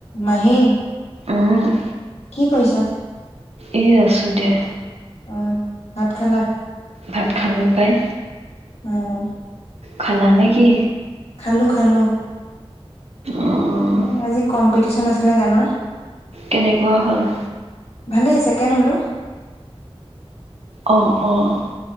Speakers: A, on the left; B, on the right.
A: মাহী?
B: অ'।
A: কি কৰিছা?
B: এ আছো দিয়া।
A: অ', ভাত খালা?
B: ভাত খালো পায়।
A: অ'।
B: খালা নেকি?
A: খালোঁ খালোঁ।
B: অঁ
A: উ আজি কম্পিটিশন আছিলে গানৰ।
B: কেনেকুৱা হ'ল?
A: ভালে হৈছে। ছেকেণ্ড হলো।
B: অ', অ।